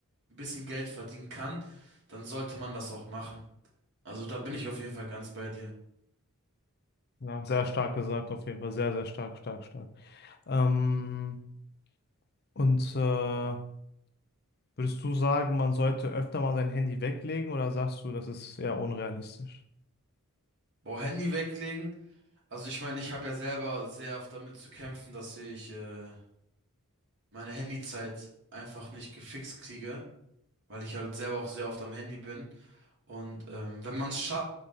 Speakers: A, on the right; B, on the left.
A: bisschen Geld verdienen kann, dann sollte man das auch machen. Also da bin ich auf jeden Fall ganz bei dir.
B: Ja, sehr stark gesagt, auf jeden Fall. Sehr, sehr stark, stark, stark. Ähm, und äh, würdest du sagen, man sollte öfter mal sein Handy weglegen oder sagst du, das ist eher unrealistisch?
A: Boah, Handy weglegen. Also ich meine, ich habe ja selber sehr oft damit zu kämpfen, dass ich äh, meine Handyzeit einfach nicht gefixt kriege, weil ich halt selber auch sehr oft am Handy bin. Und ähm, wenn man es schafft,